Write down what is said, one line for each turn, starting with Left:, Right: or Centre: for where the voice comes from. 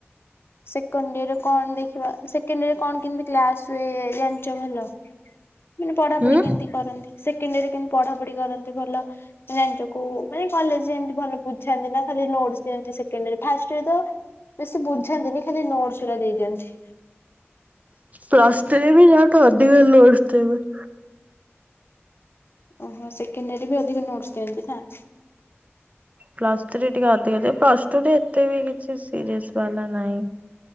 Left: ସେକେଣ୍ଡିଅରେ କଣ ଦେଖିବା ସେ କେଣ୍ଡିଅରେ ରେ କଣ କେମିତି କ୍ଲାସ ହୁଏ ଜାଣିଚ ଭଲ ମାନେ ପଢାପଢି
Right: ହୁଁ
Left: କେମିତି କରନ୍ତି? ସେକେଣ୍ଡିୟରେ କେମତି ପଢାପଢି କରନ୍ତି ଭଲ ଜାଣିଛ କୁ ମାନେ କଲେଜରେ ଏମିତି ଭଲ ପୁ ଛନ୍ତି ନା ଖାଲି ନୋଟ୍ସ ଦିଅନ୍ତି ସେକେଣ୍ଡ୍ ଅର ଫାଷ୍ଟ ରେ ତ ବେଶୀ ବୁଝାନ୍ତିନି। ଖାଲି ନୋଟସ୍ ଉରା ଦେଇ ଦିଅନ୍ତି।
Right: ପ୍ଲସ୍ ଥ୍ରିରେ ବି ୟାଠୁ ଅଧିକ ଲୋଡ୍ସ ଦେବେ।
Left: ଓହୋ ସେକେଣ୍ଡଡ଼ିଅର ବି ଅଧିକ ନୋଟସ ଦିଅନ୍ତି ନା?
Right: ପ୍ଲସ ଥ୍ରୀ ଟିକେ ଅଧିକ ଦେବେ ପ୍ଲସ୍ ଟୁରେ ଏତେ ବି କିଛି ସିରିଏସ ବାଲା ନାହିଁ।